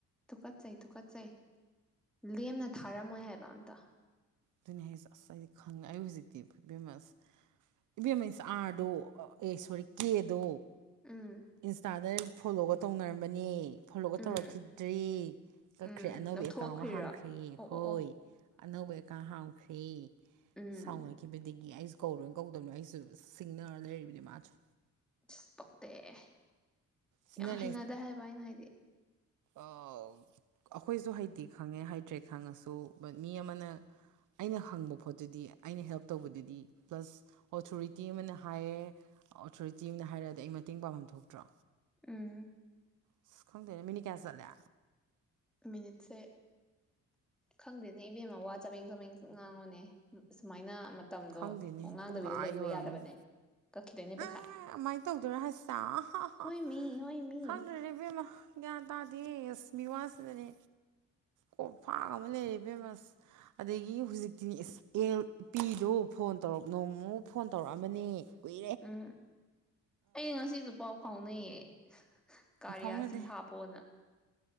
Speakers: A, in the centre; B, on the right.
A: ꯇꯨꯀꯠꯆꯩ ꯇꯨꯀꯠꯆꯩ ꯂꯦꯝꯅ ꯊꯥꯔꯝꯃꯣꯏ ꯍꯥꯏꯕ ꯑꯝꯇ
B: ꯑꯗꯨꯅꯤ ꯍꯥꯏꯁꯦ ꯑꯁ ꯑꯩꯗꯤ ꯈꯪꯉꯦ ꯑꯩ ꯍꯧꯖꯤꯛꯇꯤ ꯏꯕꯦꯝꯃ ꯑꯁ ꯏꯕꯦꯝꯃ ꯏꯁ ꯑꯥꯔꯗꯣ ꯑꯦ ꯁꯣꯔꯤ ꯀꯦꯗꯣ
A: ꯎꯝ
B: ꯏꯟꯁꯇꯥꯗ ꯐꯣꯂꯣꯒ ꯇꯧꯅꯔꯝꯕꯅꯦ ꯐꯣꯂꯣꯒ
A: ꯎꯝ
B: ꯇꯧꯔꯛꯈꯤꯗ꯭ꯔ‌ꯦ ꯀꯛꯈ꯭ꯔꯦ
A: ꯎꯝ
B: ꯑꯅꯧꯕ
A: ꯂꯧꯊꯣꯛꯈ꯭ꯔꯤꯔꯣ
B: ꯑꯦꯀꯥꯎꯟꯒ ꯍꯥꯡꯈ꯭ꯔꯦ
A: ꯑꯣ
B: ꯍꯣꯏ
A: ꯑꯣ ꯑꯣ
B: ꯑꯅꯧꯕ 'ꯇ ꯍꯥꯎꯈꯔ‌ꯦ
A: ꯎꯝ
B: ꯁꯥꯎꯅꯈꯤꯕꯗꯒꯤ ꯑꯩꯁꯨ ꯀꯧꯔꯣꯏꯅ ꯀꯧꯗꯕꯅꯤ ꯑꯩꯁꯨ ꯁꯤꯡꯅꯔꯉ ꯂꯩꯔꯤꯕꯅꯤ ꯃꯥꯗ‌ꯣ
A: ꯏꯁ ꯄꯛꯇ‌ꯦ
B: ꯁꯤꯡꯅ
A: ꯌꯥꯝ ꯍꯩꯅꯗ‌ꯦ ꯍꯥꯏꯕ ꯑꯩꯅ ꯍꯥꯏꯗꯤ
B: ꯑꯣ ꯑꯩꯈꯣꯏꯁꯨ ꯍꯩꯇꯦ ꯈꯪꯉꯦ ꯍꯥꯏꯇ꯭ꯔꯦ ꯈꯪꯉꯁꯨ ꯕꯠ ꯃꯤ ꯑꯃꯅ ꯑꯩꯅ ꯍꯪꯕ ꯄꯣꯠꯇꯨꯗꯤ ꯑꯩꯅ ꯍꯦꯜꯞ ꯇꯧꯕꯗꯨꯗꯤ ꯄ꯭ꯂꯁ ꯑꯣꯊꯣꯔꯤꯇꯤ ꯑꯃꯅ ꯍꯥꯏꯌꯦ ꯑꯣꯊꯣꯔꯤꯇꯤ ꯑꯃꯅ ꯍꯥꯏꯔꯛꯑꯗꯤ ꯑꯩ ꯃꯇꯦꯡ ꯄꯥꯡꯐꯝ ꯊꯣꯛꯇ꯭ꯔꯣ
A: ꯎꯝ
B: ꯑꯁ ꯈꯪꯗꯦꯅꯦ ꯃꯤꯅꯤꯠ ꯀꯌꯥ ꯆꯠꯂꯦ
A: ꯃꯤꯅꯤꯠꯁꯦ ꯈꯪꯗꯦꯅꯦ ꯏꯕꯦꯝꯃ ꯋꯥ ꯆꯥꯕ‌ꯦꯡ ꯆꯥꯕ‌ꯦꯡ ꯉꯥꯡꯉꯣꯅꯦ ꯁꯨꯃꯥꯏꯅ ꯃꯇꯝꯗꯣ
B: ꯈꯪꯗꯦꯅꯦ
A: ꯋꯥ ꯉꯥꯡꯗꯕꯤꯗ
B: ꯄꯨꯡꯒ ꯑꯥ
A: ꯂꯩꯕ
B: ꯌꯧꯔꯝꯃꯅꯤ
A: ꯌꯥꯗꯕꯅꯦ ꯀꯛꯈꯤꯗꯣꯏꯅꯦ ꯄꯩꯁꯥ
B: ꯑꯦ ꯑꯗꯨꯃꯥꯏꯅ ꯇꯧꯗꯣꯏꯔ‌ꯣ ꯍꯥꯏꯁ‌ꯦ ꯑ ꯑꯍ
A: ꯍꯣꯏ ꯃꯤ ꯍꯣꯏ ꯃꯤ
B: ꯈꯪꯗ꯭ꯔ‌ꯦꯗ ꯏꯕꯦꯝꯃ ꯒ꯭ꯌꯥꯟ ꯇꯥꯗꯦ ꯑꯁ ꯃꯤꯋꯥꯁꯤꯅꯅꯦ ꯀꯣꯛꯐꯡ ꯑꯃ ꯂꯩꯔꯦ ꯏꯕꯦꯝꯃ ꯑꯁ ꯑꯗꯒꯤ ꯍꯧꯖꯤꯛꯇꯤꯅꯦ ꯏꯁ ꯑꯦꯜ ꯄꯤ ꯗꯣ ꯐꯣꯟ ꯇꯧꯔ ꯅꯣꯡꯃꯨ ꯐꯣꯟ ꯇꯧꯔꯛꯑꯝꯕꯅꯦ ꯀꯨꯏ__
A: ꯎꯝ ꯑꯩ ꯉꯁꯤꯁꯨ ꯄꯥꯎ ꯐꯥꯎꯅꯩꯌꯦ <unintelligible> ꯀꯥꯔꯤꯌꯥꯁꯤ
B: ꯐꯥꯎꯅꯗꯦ
A: ꯍꯥꯞꯄꯣꯅ